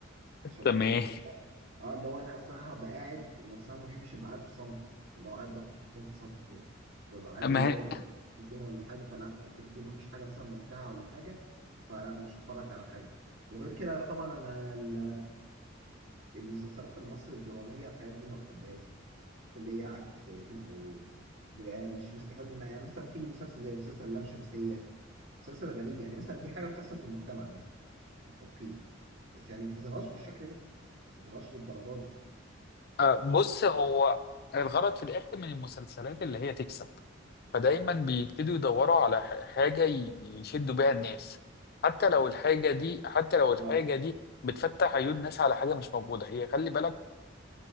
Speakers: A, on the right (about 65°); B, on the left (about 50°).
A: عشان
B: تمام
A: يعني مش ده اه اللي هو انا اصلا انا هبقى قاعد بس انا ما بحبش ابقى قاعد في صمت اللي هو قاعد باكل حاجتين في صمت كده ببقى عايز
B: ما
A: اللي هو
B: هي-
A: يبقى قدام التلفزيون ولا حاجه فلا ما التلفزيون ما فيش حاجه مثلا ممتعه ولا حاجه فلا مش هتفرج على حاجه وغير كده طبعا انا ال- المسلسلات المصري الدراميه الحاجات دي ما بحبهاش اللي هي عكس شويتين او بقى مش مستفاد منها يعني مثلا في مسلسل زي مسلسل لام شمسيه مسلسل غريب يعني مثلا دي حاجه بتحصل في المجتمع ماشي متفقين بس يعني ما تظهرهاش بالشكل ده ما تظهرهاش للدرجه دي
B: آه، بص هو الغرض في الاخر من المسلسلات اللي هي تكسب فدايما بيبتدوا يدوروا على ح- حاجة ي- يشدوا بيها الناس حتى لو الحاجة دي حتى لو الحاجة
A: اه
B: دي بتفتح عيون الناس على حاجة مش موجودة هي خلي بالك